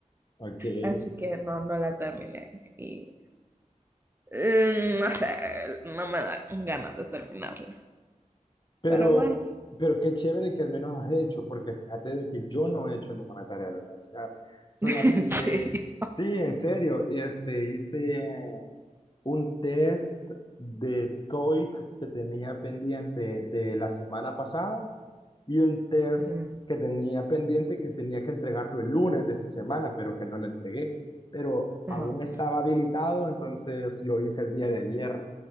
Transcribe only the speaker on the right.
Así que no, no la terminé. Y eh, no sé, no me dan ganas de terminarla.
Pero bueno.
<laughs> en serio.
Ujú,
Ajá.